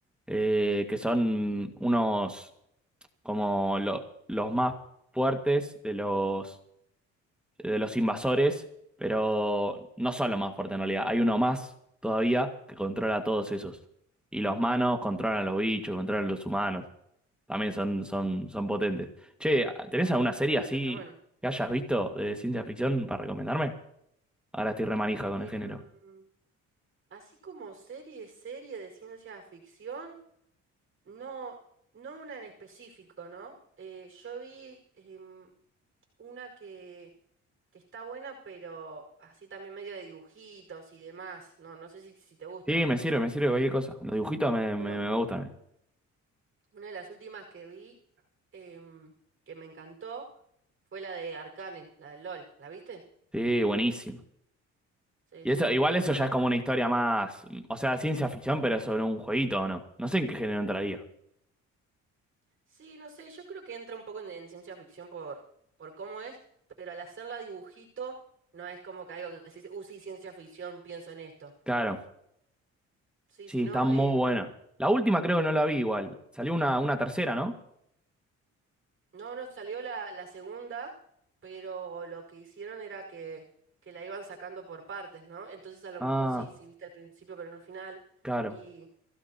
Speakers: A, in the centre; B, on the right (about 40°).
A: eh, que son unos como lo- los más fuertes de los de los invasores, pero no son los más fuertes en realidad. Hay uno más todavía que controla a todos esos. Y los manos controlan
B: Ah,
A: a los bichos, controlan a los humanos. También son, son, son potentes. Che, ¿tenés alguna serie
B: no,
A: así
B: eso está bueno.
A: que hayas visto de ciencia ficción para recomendarme? Ahora estoy remanija con
B: Em,
A: el género.
B: así como serie, serie de ciencia ficción. No, no una en específico, ¿no? Eh, yo vi em, una que, que está buena, pero así también medio de dibujitos y demás. No, no sé si, si te gustan.
A: Sí, me sirve, me sirve cualquier cosa. Los dibujitos me,
B: Bueno,
A: me, me gustan. eh.
B: una de las últimas que vi em, que me encantó fue la de Arcane, la de LOL. ¿La viste?
A: Sí, buenísimo.
B: Sí,
A: Y
B: sí,
A: eso,
B: sí,
A: igual
B: sin
A: eso
B: duda.
A: ya es como una historia más, o sea, ciencia ficción, pero sobre un jueguito o no. No sé en qué género entraría.
B: Sí, no sé, yo creo que entra un poco en, en ciencia ficción por, por cómo es, pero al hacerla dibujito no es como que algo que decís, uh, sí, ciencia ficción, pienso en esto.
A: Claro.
B: Sí,
A: Sí,
B: si no,
A: está muy
B: em,
A: buena. La última creo que no la vi igual. Salió una, una tercera, ¿no?
B: no, no salió la, la segunda, pero lo que hicieron era que, que la iban sacando por partes, ¿no? Entonces a lo
A: Ah,
B: mejor sí, sí viste al principio, pero no al final.
A: claro.
B: Y